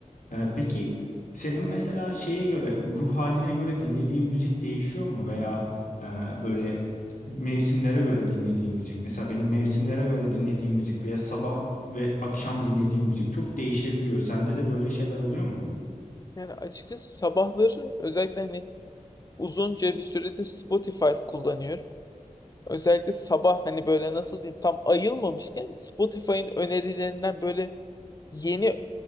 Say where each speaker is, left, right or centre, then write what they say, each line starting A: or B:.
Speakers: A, on the left; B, on the left.
A: E, peki senin mesela şeye göre ruh haline göre dinlediğin müzik değişiyor mu veya e, böyle mevsimlere göre dinlediğin müzik? Mesela benim mevsimlere göre dinlediğim müzik veya sabah ve akşam dinlediğim müzik çok değişebiliyor. Sende de böyle şeyler oluyor mu?
B: Yani açıkçası sabahları özellikle hani uzunca bir süredir Spotify kullanıyorum. Özellikle sabah hani böyle nasıl diyeyim tam ayılmamışken Spotify'ın önerilerinden böyle yeni